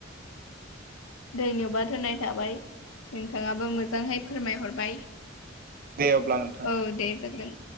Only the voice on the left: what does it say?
धन्यबाद होनाय थाबाय नोंथाङाबो मोजांहै फोरमायहरबाय
औ
दे जागोन।